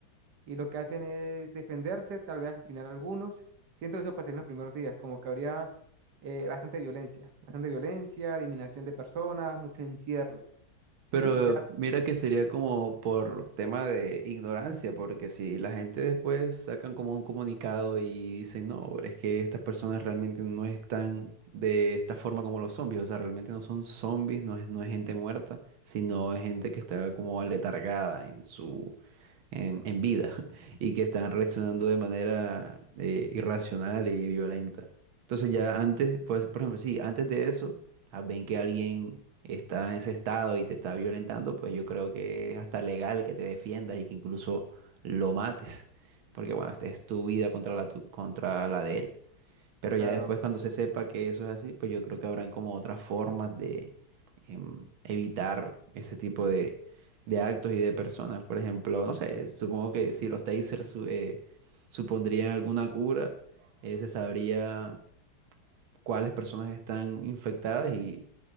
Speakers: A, on the right; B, on the right.
A: y lo que hacen es defenderse, tal vez asesinar a algunos. Siento que eso pasaría en los primeros días, como que habría eh, bastante violencia, bastante violencia, eliminación de personas, mucho encierro, ¿sí?
B: Pero
A: Ya,
B: mira que sería como por tema de ignorancia, porque si la gente después sacan como un comunicado y dicen, no, pero es que estas personas realmente no están de esta forma como los zombies, o sea, realmente no son zombies, no es, no es gente muerta, sino es gente que está como aletargada en su, en, en vida <laughs> y que están reaccionando de manera eh, irracional y violenta. Entonces ya antes, pues por ejemplo, sí, antes de eso, ah, ven que alguien está en ese estado y te está violentando, pues yo creo que es hasta legal que te defiendas y que incluso lo mates, porque bueno, esta es tu vida contra la, tu- contra la de él. Pero
A: claro.
B: ya después, cuando se sepa que eso es así, pues yo creo que habrán como otras formas de em, evitar ese tipo de, de actos y de personas. Por ejemplo, no sé, supongo que si los tasers su- eh, supondrían alguna cura, eh, se sabría cuáles personas están infectadas y,